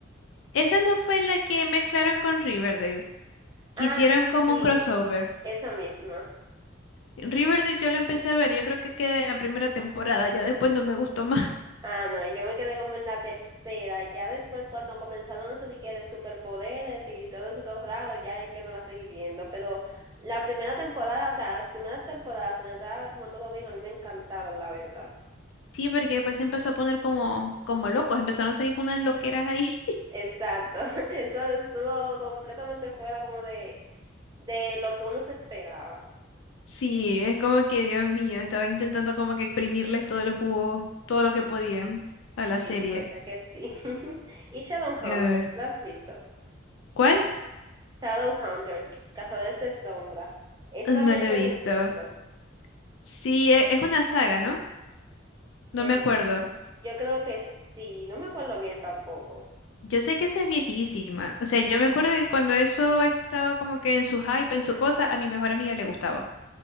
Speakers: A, on the left (about 75°); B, on the right (about 20°).
A: Esa no fue la que mezclaron con Riverdale. Que
B: Ah,
A: hicieron
B: sí,
A: como
B: sí,
A: un crossover.
B: esa misma.
A: Riverdale yo la empecé a ver, yo creo que quedé en la primera temporada, ya después no me gustó <laughs> más.
B: Ah, no, yo me quedé como en la tercera. Ya después, cuando comenzaron eso de que de superpoderes y todo eso todo raro, ya ahí yo no la seguí viendo. Pero la primera temporada, o sea, las primeras temporadas donde estaba como todo bien, a mí me encantaron, la verdad.
A: Sí, porque después se empezó a poner como, como locos, empezaron a salir con unas loqueras ahí. <laughs>
B: Exacto. <laughs> Eso estuvo completamente fuera como de, de lo que uno se esperaba.
A: Sí, es como que, Dios mío, estaba intentando como que exprimirles todo el jugo, todo lo que podían a la
B: Sí,
A: serie.
B: la verdad que sí. <laughs> Y Shadowhunters,
A: A ver,
B: ¿la has visto?
A: ¿cuál?
B: Shadowhunters, Cazadores de Sombra. Esa
A: No
B: también
A: lo
B: tiene
A: he visto.
B: un libro.
A: Sí, e- es una saga, ¿no? No
B: Eh,
A: me acuerdo.
B: yo creo que sí, no me acuerdo bien tampoco.
A: Yo sé que esa es viejísima. O sea, yo me acuerdo que cuando eso estaba como que en su hype, en su cosa, a mi mejor amiga le gustaba.